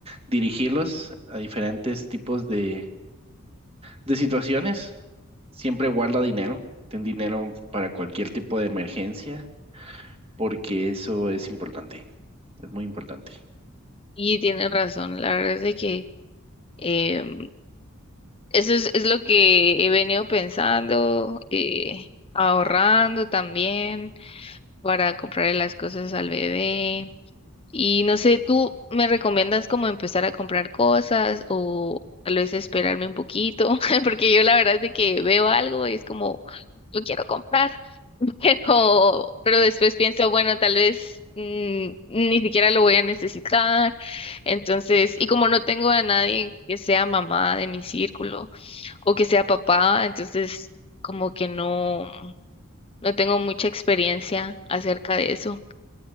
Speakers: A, on the right; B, on the left.
A: dirigirlos a diferentes tipos de, de situaciones. Siempre guarda dinero, ten dinero para cualquier tipo de emergencia, porque eso es importante, es muy importante.
B: Y tienen razón, la verdad es de que em, eso es, es lo que he venido pensando, eh, ahorrando también para comprarle las cosas al bebé. Y no sé, ¿tú me recomiendas como empezar a comprar cosas o tal vez esperarme un poquito? <laughs> Porque yo la verdad es de que veo algo y es como, lo quiero comprar, <laughs> pero, pero después pienso, bueno, tal vez mm, ni siquiera lo voy a necesitar. Entonces, y como no tengo a nadie que sea mamá de mi círculo o que sea papá, entonces como que no, no tengo mucha experiencia acerca de eso.